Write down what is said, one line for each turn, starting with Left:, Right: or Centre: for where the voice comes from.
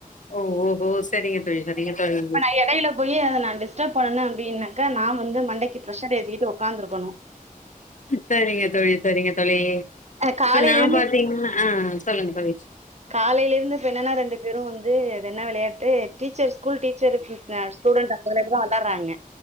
Left: ஓ ஓ ஹோ செரிங்க தோழி செரிங்க தோழி
Right: இப்ப நா எடைல போய் அத நா டிஸ்டர்ப் பண்ணே அப்டின்னக்கா நா வந்து மண்டைக்கு பிரஷர் ஏத்திட்டு உக்காந்துருக்கணு
Left: செரிங்க தோழி செரிங்க தோழி
Right: அ காலையில
Left: இப்ப நா
Right: இருந்து
Left: பாத்தீங்கனா சொல்லுங்க தோழி
Right: காலேல இருந்து இப்ப என்னன்னா ரெண்டு பேரு வந்து எது என்ன வெளையாட்டு teacher school teacher dear student அவுங்கள <unintelligible> தா வெளார்றாங்க